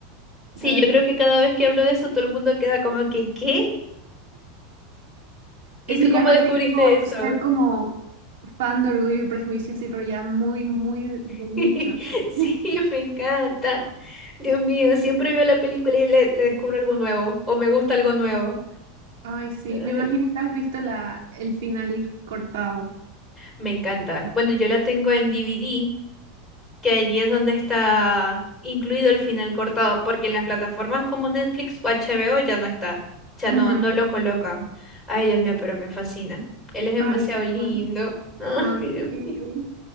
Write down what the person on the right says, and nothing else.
la
verdad,
Ese
ya es
así como
ser como fan de Orgullo y Prejuicio, sí, pero ya muy, muy de
nicho, así.
<laughs>
Ay, sí,
me imagino que has visto la, el final cortado.
Ujú.
Ay,
bueno.
Ay,
sí.